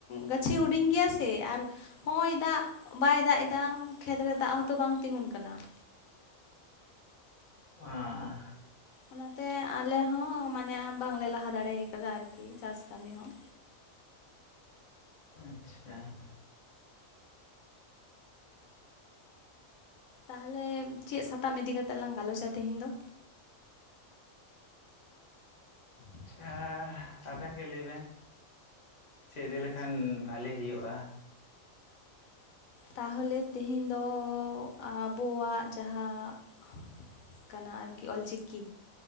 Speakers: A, on the left (about 85°); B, on the left (about 35°).
A: ᱜᱟᱹᱪᱷᱤ ᱦᱩᱰᱤᱧ ᱜᱮᱭᱟ ᱥᱮ ᱟᱨ ᱦᱚᱜᱭ ᱫᱟᱜ ᱵᱟᱭ ᱫᱟᱜ ᱮᱫᱟ ᱠᱷᱮᱛ ᱨᱮ ᱫᱟᱜ ᱦᱚᱸᱛᱚ ᱵᱟᱝ ᱛᱤᱜᱩᱱ ᱠᱟᱱᱟ ᱾
B: ᱟ ᱸᱻ ᱾
A: ᱚᱱᱟᱛᱮ ᱟᱞᱮ ᱦᱚᱸ ᱢᱟᱱᱮ ᱵᱟᱝᱞᱮ ᱞᱟᱦᱟ ᱫᱟᱲᱮ ᱠᱟᱫᱟ ᱟᱨᱠᱤ ᱪᱟᱥ ᱠᱟᱹᱢᱤ ᱦᱚᱸ
B: ᱟᱪᱷᱟ ᱾
A: ᱛᱟᱦᱚᱞᱮ ᱪᱮᱫ ᱥᱟᱛᱟᱢ ᱤᱫᱤ ᱠᱟᱛᱮ ᱛᱟᱞᱟᱝ ᱜᱟᱞᱚᱪᱟ ᱛᱮᱤᱦᱤᱧ ᱫᱚ
B: ᱟᱪᱷᱟ ᱟᱵᱮᱱ ᱜᱮ ᱞᱟᱹᱭ ᱵᱮᱱ ᱪᱮᱫ ᱤᱫᱤ
A: ᱟᱪᱪᱷᱟ
B: ᱞᱮᱠᱷᱟᱱ ᱵᱷᱟᱞᱮ ᱦᱩᱭᱩᱜᱼᱟ ᱾
A: ᱛᱟᱦᱚᱞᱮ ᱛᱮᱦᱤᱧ ᱫᱚ ᱟᱵᱚᱣᱟᱜ ᱡᱟᱦᱟᱸ ᱾ ᱠᱟᱱᱟ ᱟᱨᱠᱤ ᱚᱞᱪᱤᱠᱤ